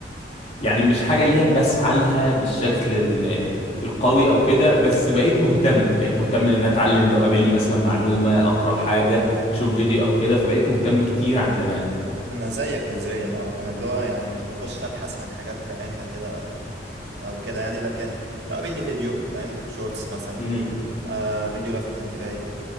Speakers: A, on the left; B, on the right.
A: يعني مش حاجة اللي هي بسعى لها بالشكل ال- القوي او كده بس بقيت مهتم بقيت مهتم ان انا اتعلم لو قابلني مثلا معلومة اقرأ حاجة اشوف فيديو او كده فبقيت مهتم كتير عن زمان
B: انا زيك نسبيا اه انا اللي هو يعني مش بخش ابحث عن حاجات بعينها كده او او كده يعني لكن لو قابلني فيديو فاهم شورتس مثلا
A: مم.
B: آه فيديو لفت انتباهي